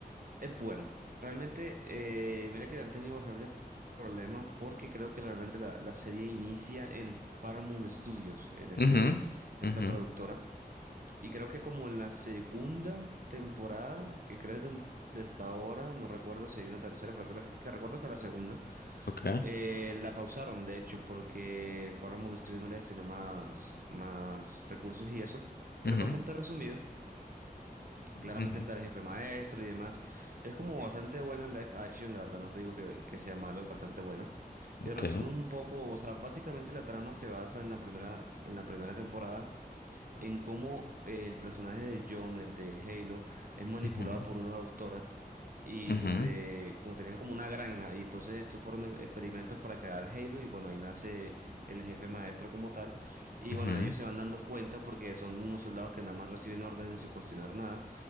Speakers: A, on the right (about 60°); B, on the left (about 75°).
A: Es buena. Realmente, eh, mira que han tenido bastantes pro- problemas porque creo que realmente la, la serie inicia en Paramount Studios, en ese,
B: Mhm,
A: en esta
B: mhm,
A: productora. Y creo que como en la segunda temporada, que creo que es donde está ahora, no recuerdo si hay una tercera, pero creo que recuerdo hasta la segunda,
B: okay,
A: eh, la pausaron, de hecho, porque Paramount Studios no le destinó más, más recursos y eso. Pero
B: mhm,
A: es bastante resumido. Claramente
B: mhm,
A: está el jefe maestro y demás. Es como bastante bueno el live action, la verdad, no te digo que, que sea malo, es bastante bueno.
B: ok.
A: Y resumen un poco, o sea, básicamente la trama se basa en la primera, en la primera temporada, en cómo eh, el personaje de John, el de Halo, es manipulado
B: Ujú,
A: por una doctora y
B: ujú,
A: donde como tenían como una granja y entonces estos fueron e- experimentos para crear Halo y bueno, ahí nace el jefe maestro como tal. Y
B: ujú,
A: bueno, ellos se van dando cuenta porque son unos soldados que nada más reciben órdenes sin cuestionar nada.